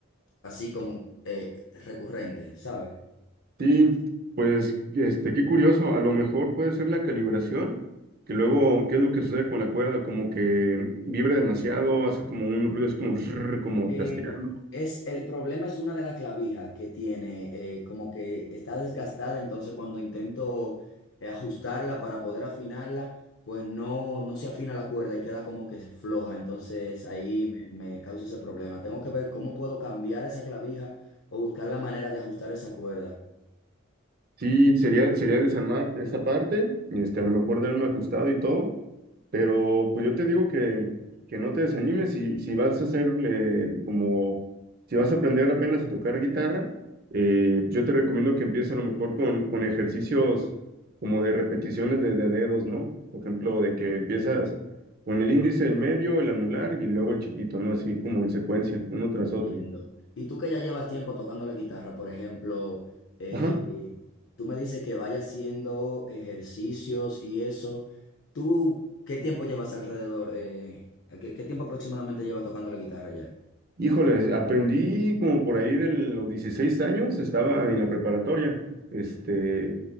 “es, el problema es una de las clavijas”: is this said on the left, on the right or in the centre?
Left